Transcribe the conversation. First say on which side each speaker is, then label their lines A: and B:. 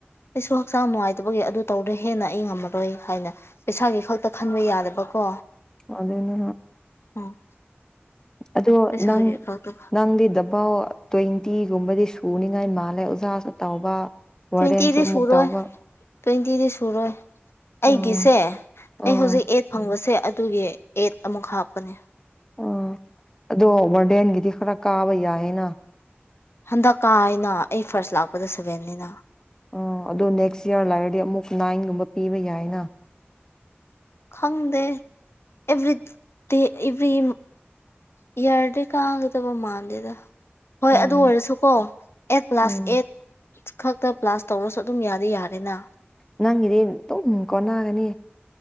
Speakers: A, on the left; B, on the left.
A: ꯑꯩꯁꯨ ꯍꯛꯆꯥꯡ ꯅꯨꯡꯉꯥꯏꯇꯕꯒꯤ ꯑꯗꯨ ꯇꯧꯔꯦ ꯍꯦꯟꯅ ꯑꯩ ꯉꯝꯃꯔꯣꯏ ꯍꯥꯏꯅ ꯄꯩꯁꯥꯒꯤ ꯈꯛꯇ ꯈꯟꯕ ꯌꯥꯗꯕꯀꯣ
B: ꯑꯗꯨꯅꯦ
A: ꯎꯝ
B: ꯑꯗꯨꯗꯣ
A: ꯄꯩꯁꯥꯒꯤ
B: ꯅꯪ
A: ꯈꯛꯇ
B: ꯅꯪꯗꯤ ꯗ ꯑꯕꯥ ꯇ꯭ꯋꯦꯟꯇꯤꯒꯨꯝꯕꯗꯤ ꯁꯨꯅꯤꯉꯥꯏ ꯃꯥꯜꯂꯦ ꯑꯣꯖꯥꯁꯨ ꯇꯧꯕ ꯋꯥꯔꯗꯦꯟꯁꯨ
A: ꯇꯇ ꯏꯗꯤꯦ
B: ꯑꯃꯨꯛ
A: ꯁꯨꯔꯨ
B: ꯇꯧꯕ
A: ꯇ꯭ꯋꯦꯟꯇꯤꯗꯤ ꯁꯨꯔꯣꯏ ꯑꯩꯒꯤꯁꯦ
B: ꯎꯝ
A: ꯑꯩ
B: ꯑꯥ
A: ꯍꯧꯖꯤꯛ ꯑꯩꯠ ꯐꯪꯕꯁꯦ ꯑꯗꯨꯒꯤ ꯑꯦꯠ ꯑꯃꯨꯛ ꯍꯥꯞꯄꯅꯦ
B: ꯑ ꯑꯗꯣ ꯔꯗꯦꯟꯒꯤꯗꯤ ꯈꯔ ꯀꯥꯕ ꯌꯥꯏꯑꯌꯦꯅ
A: ꯍꯟꯗꯛꯀꯥ ꯍꯥꯏꯅ ꯑꯩ ꯐꯥꯔꯁ ꯂꯥꯛꯄꯗ ꯁꯚꯦꯟꯅꯤꯅ
B: ꯑ ꯑꯗꯨꯣ ꯅꯦꯛꯁ ꯌꯥꯌꯥꯔ ꯂꯔꯗꯤ ꯑꯃꯨꯛ ꯅꯥꯏꯟꯒꯨꯝꯕ ꯄꯤꯕ ꯌꯥꯏꯅ
A: ꯈꯪꯗꯦ ꯑꯦꯕ꯭ꯔꯤ ꯗꯦ ꯑꯦꯚ꯭ꯔꯤ ꯑꯦꯔꯗ ꯀꯒꯗꯕ ꯃꯥꯗꯗ ꯍꯣꯏ
B: ꯎꯝ
A: ꯑꯗꯨ ꯑꯣꯏꯔꯁꯨꯀꯣ ꯑꯩꯠ ꯀ꯭ꯂꯥꯁ
B: ꯎꯝ
A: ꯑꯦꯠ ꯈꯛꯇ ꯄ꯭ꯂꯥꯁ ꯇꯧꯔꯁꯨ ꯑꯗꯨꯝ ꯌꯥꯗꯤ ꯌꯥꯔꯦꯅ
B: ꯅꯪꯒꯤꯗꯤ ꯑꯗꯨꯝ ꯀꯣꯟꯅꯒꯅꯤ